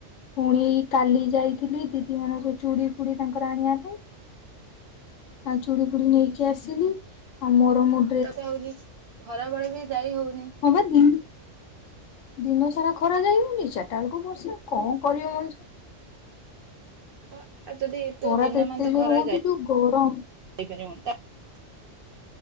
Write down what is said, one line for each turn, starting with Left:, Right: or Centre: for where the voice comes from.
Left: ପୁଣି କାଲି ଯାଇଥିଲି ଦିଦି ମାନଙ୍କ ଚୁଡ଼ି ଫୁଡ଼ି ତାଙ୍କର ଆଣିବା ପାଇଁ। ତାଙ୍କର ଚୁଡି ଫୁଡି ନେଇକି ଆସିଲି ଆଉ ମୋର ମୁ
Right: ତାକୁ ଆହୁରି ହଉଛି ଖରାବେେଳେ ବି ଯାଇ ହଉନି
Left: <unintelligible> ଦିନ ସାରା ଖରା ଯାଇନି ଚାରିଟା ବେଳକୁ ବର୍ଷା କଣ କରିବ ମଣିଷ
Right: ଆଉ ଯଦି ଏ
Left: ଖରା
Right: ତୁ ଦିନ
Left: ଏତେ
Right: ମ ତ
Left: ଜୋର
Right: ଖରା
Left: ହଉଛି
Right: ଯାଇପାରିବୁ
Left: ଯୋଉ ଗରମ